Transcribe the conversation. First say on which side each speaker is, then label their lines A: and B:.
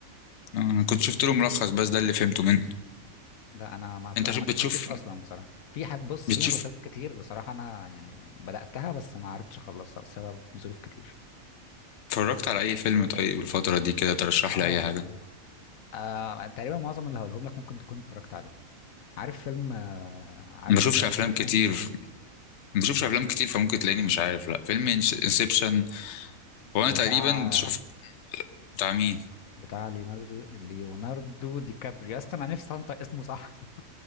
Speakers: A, on the left; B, on the left.
A: انا كنت شفت له ملخص بس ده اللي فهمته منه
B: لا انا ما
A: انت
B: انا
A: شوف
B: ما كملتوش
A: بتشوف
B: اصلا بصراحه في ح- بص
A: بتشوف
B: في مسلسلات كتير بصراحه انا يعني بداتها بس ما عرفتش اخلصها بسبب ظروف كتير
A: اتفرجت على اي فيلم طيب الفترة دي كده ترشح
B: اه
A: لي اي حاجة
B: يعني آه تقريبا معظم اللي هقولهم لك ممكن تكون اتفرجت عليهم عارف فيلم آه عارف
A: ما بشوفش
B: فيلم انسبشن
A: افلام كتير ما بشوفش افلام كتير فممكن تلاقيني مش عارف لا فيلم انسبشن هو انا
B: بتاع
A: تقريبا شفت بتاع مين
B: بتاع ليوناردو ليوناردو دي كابريو يا اسطى انا نفسي انطق اسمه صح <laughs>